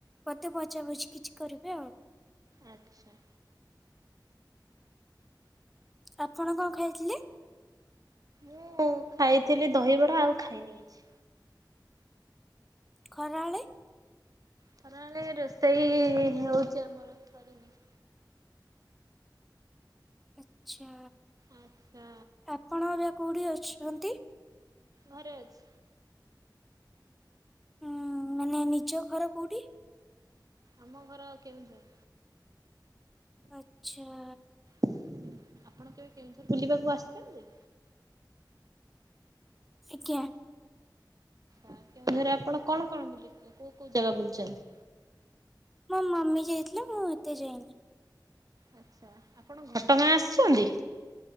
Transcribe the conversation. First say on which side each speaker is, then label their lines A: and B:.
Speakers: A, in the centre; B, on the right.
A: ବୋତେ ଭଜାଭଜି କିଛି କରିବେ ଆଉ।
B: ଆଚ୍ଛା।
A: ଆପଣ କଣ ଖାଇଥିଲେ?
B: ମୁଁ ଖାଇଥିଲି ଦହିବରା ଆଉ ଖାଇନି କିଛି।
A: ଖରାଏଳେ।
B: ହରାଏଳ ରୋଷେଇ ହେଉଛି ଆମର ସରିନି।
A: ଆଚ୍ଛା
B: ଆଚ୍ଛା
A: ଆପଣ ଏବେ କୋଉଠି ଅଛନ୍ତି?
B: ଘରେ ଅଛି।
A: ଉଁ ମାନେ ନିଜ ଘର କୋଉଠି?
B: ଆମ ଘର କେଉଁଝର।
A: ଆଚ୍ଛା।
B: ଆପଣ କେବେ କେଉଁଝର ବୁଲିବାକୁ ଆସିଛନ୍ତି?
A: ଆଜ୍ଞା।
B: ଆଛା କେଉଁଝରେ ଆପଣ କଣ କଣ ବୁଲିଥିଲେ କୋଉ କୋଉ ଜାଗା ବୁଲିଛନ୍ତି?
A: ମୋ ମମି ଯାଇଥିଲେ ମୁଁ ଏତେ ଯାଇନି।
B: ଆଚ୍ଛା, ଆପଣ ଘଟଗାଁ ଆସିଛନ୍ତି?